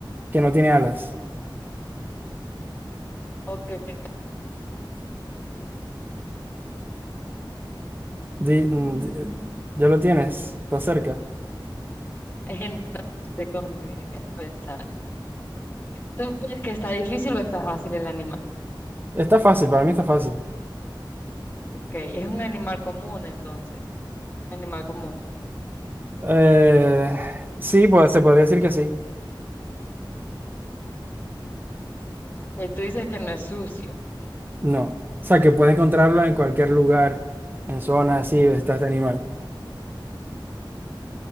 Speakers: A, on the right; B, on the left.
A: Que no tiene alas.
B: ¿O que- Mm,
A: Di- mm, di- eh, ya lo tienes, está cerca.
B: Es que no sé cómo pensar. ¿Tú piensas que está difícil o está fácil el animal?
A: Está fácil, para mí está fácil.
B: Ok, es un animal común entonces, animal común.
A: Eh, sí, pues se podría decir que sí.
B: Eh, tú dices que no es sucio,
A: No. O sea, que puedes encontrarlo en cualquier lugar, en zonas así, está este animal.